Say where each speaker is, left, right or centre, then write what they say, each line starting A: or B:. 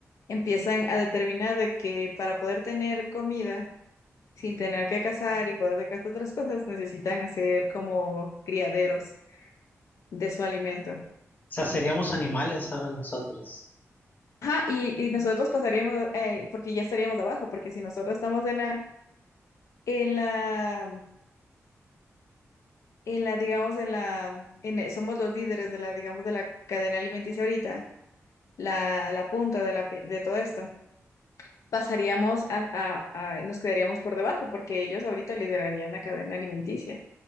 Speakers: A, on the left (about 80°); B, on the left (about 35°).
A: empiezan a determinar de que para poder tener comida sin tener que cazar y poder dejar estas otras cosas, necesitan hacer como criaderos de su alimento?
B: sea, seríamos animales ahora nosotros.
A: Ajá, y, y nosotros pasaríamos, a- eh, porque ya estaríamos abajo, porque si nosotros estamos en la, en la en la, digamos, en la, en, e, somos los líderes de la, digamos, de la cadena alimenticia ahorita, la, la punta de, la, pi- de todo esto, pasaríamos a, a- a- nos quedaríamos por debajo porque ellos ahorita liderarían la cadena alimenticia,